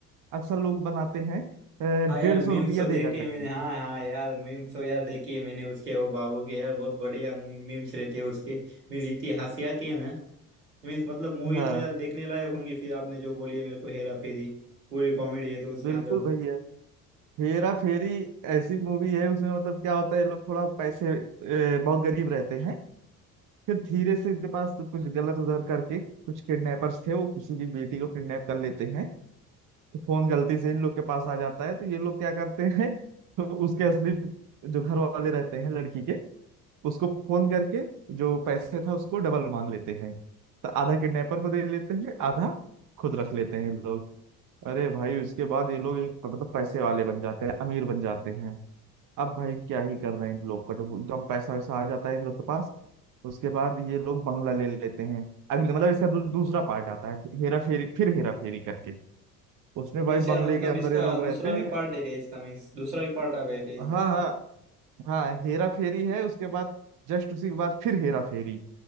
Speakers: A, on the right; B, on the right.
A: अक्सर लोग बनाते हैं अ,
B: हाँ यार
A: डेढ़
B: मीम्स
A: सौ रुपया
B: तो देखे
A: देगा करके
B: मैंने हाँ हाँ यार मीम्स तो यार देखी है मैंने उसके वो बाबू के यार बहुत बढ़िया मीम्स रहते हैं उसके मीन्स इतनी हंसी आती है ना मीन्स मतलब मूवी
A: हाँ
B: तो यार देखने लायक होंगी फिर आपने जो बोली है मेरे को हेरा फेरी पूरी कॉमेडी है तो उसके
A: बिल्कुल
B: अंदर तो
A: भैया हेरा फेरी ऐसी मूवी है उसमें मतलब क्या होता है ये लोग थोड़ा पैसे ए, बहुत गरीब रहते हैं फिर धीरे से इनके पास कुछ गलत उधर करके कुछ किडनैपर्स थे वो किसी की बेटी को किडनैप कर लेते हैं तो फोन गलती से इन लोग के पास आ जाता है तो ये लोग क्या करते हैं तो उसके असली जो घर वाले रहते हैं लड़की के उसको फोन करके जो पैसे था उसको डबल मांग लेते हैं तो आधा किडनैपर को दे लेते हैं आधा खुद रख लेते हैं ये लोग अरे भाई उसके बाद ये लोग एक मतलब पैसे वाले बन जाते हैं अमीर बन जाते हैं अब भाई क्या ही करना है इन लोग को जब एकदम पैसा वैसा आ जाता है इन लोग के पास उसके बाद ये लोग बंगला ले लेते हैं अगले मतलब इसका दू, दूसरा पार्ट आता है फिर हेरा फेरी फिर हेरा फेरी करके उसमें भाई
B: मीन्स यार
A: बंगले
B: मतलब
A: के अंदर
B: इसका
A: ये लोग
B: दूसरा
A: रहते
B: भी
A: हैं
B: पार्ट है क्या इसका मीन्स दूसरा भी पार्ट आ गया क्या इसका
A: हाँ हाँ हाँ हेरा फेरी है उसके बाद जस्ट उसी के बाद फिर हेरा फेरी